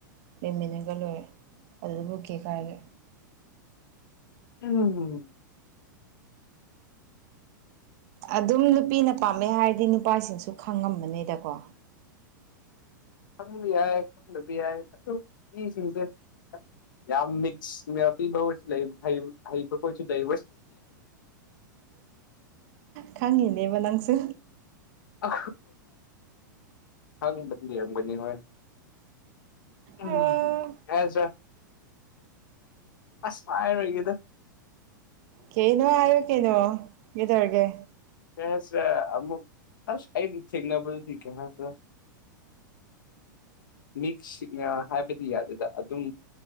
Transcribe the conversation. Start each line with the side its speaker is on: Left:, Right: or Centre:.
Right: ꯂꯩꯃꯤꯟꯅꯒ ꯂꯣꯏꯔꯦ ꯑꯗꯨꯗꯕꯨꯀꯦ ꯀꯥꯏꯔꯒꯦ
Left: ꯎꯝ
Right: ꯑꯗꯨꯝ ꯅꯨꯄꯤꯅ ꯄꯥꯝꯃꯦ ꯍꯥꯏꯔꯗꯤ ꯅꯨꯄꯥꯁꯤꯡꯁꯨ ꯈꯪꯉꯝꯕꯅꯤꯗꯀꯣ
Left: ꯈꯪꯕ ꯌꯥꯏ ꯈꯪꯗꯕ ꯌꯥꯏ ꯑꯗꯨ ꯃꯤꯁꯤꯡꯁꯦ ꯌꯥꯝ ꯃꯤꯛꯁ ꯃꯄꯤꯤꯕꯣꯏꯁꯨ ꯂꯩ ꯍꯩꯕ ꯈꯣꯠꯁꯨ ꯂꯩ
Right: <inaudible> ꯈꯪꯍꯤꯅꯦꯕ ꯅꯪꯁꯨ
Left: ꯑ ꯍꯪꯕꯗꯤꯔꯝꯒꯅꯤ ꯍꯣꯏ ꯎꯝ
Right: ꯑꯥ
Left: ꯑꯦꯖ <unintelligible> <inaudible> ꯑꯁ ꯀꯥꯏꯔꯣꯏꯒꯦꯗ <inaudible>
Right: ꯀꯦꯅꯣ ꯍꯥꯏꯌꯨ ꯀꯦꯅꯣ ꯒꯤꯗꯔꯦ
Left: ꯍꯁ ꯑꯃꯨꯛ ꯑꯁ ꯑꯩꯒꯥ ꯊꯦꯡꯅꯥꯕꯗꯤ ꯀꯦꯁꯦꯔꯥ ꯃꯤꯛ ꯁꯤꯛꯅ ꯍꯥꯏꯕꯗꯤ ꯌꯥꯗꯗ ꯑꯗꯨꯝ